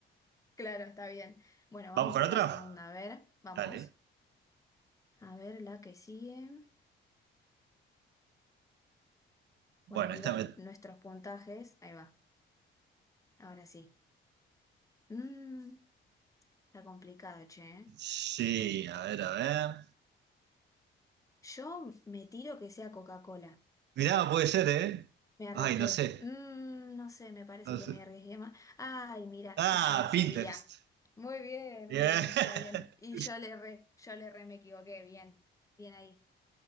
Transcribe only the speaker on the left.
Claro, está bien. Bueno,
vamos
con
la segunda. A ver, vamos.
A ver la que sigue.
Bueno, ahí
van
nuestros puntajes. Ahí va. Ahora sí. Mm, está complicado, che. ¿eh?
Yo me tiro que sea Coca-Cola.
Me arriesgué.
Mm, no sé, me parece
que
me arriesgué más. Ay, mira,
y ya la sabía.
Muy bien,
muy bien,
está bien. Y yo le erré, yo le erré, me equivoqué. Bien, bien ahí.